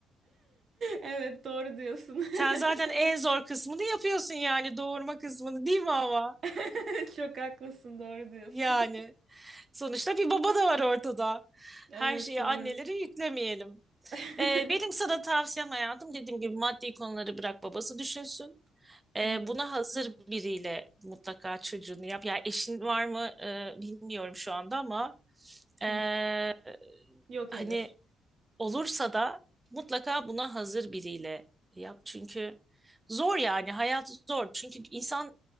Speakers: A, on the right; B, on the right.
A: Evet doğru diyorsun.
B: <laughs> Sen zaten
A: <laughs>
B: en zor kısmını yapıyorsun yani doğurma kısmını değil mi ama?
A: <laughs> Çok haklısın, doğru diyorsun.
B: Yani
A: <laughs>
B: sonuçta bir baba da var ortada.
A: Evet,
B: Her şeyi
A: doğru.
B: annelere yüklemeyelim.
A: <laughs> Hı
B: Ee, benim sana tavsiyem hayatım dediğim gibi maddi konuları bırak babası düşünsün. E,
A: hı,
B: buna hazır biriyle mutlaka çocuğunu yap. Yani eşin var mı e, bilmiyorum şu anda ama e,
A: hı hı. Yok
B: hani
A: henüz.
B: olursa da mutlaka buna hazır biriyle yap. Çünkü zor yani hayat zor. Çünkü insan